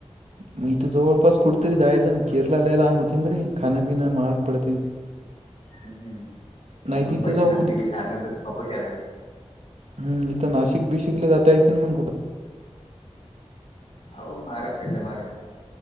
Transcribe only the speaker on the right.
मी इथ जवळपास कुठ तरी जायच ना? केरला लई लाम होतीन रे खाण्या ना मार पडते.
नाही
तिथं
जाऊ
कुठे
हम्म, इथ नाशिक बीषिकले जाता येत ना मग कुठ,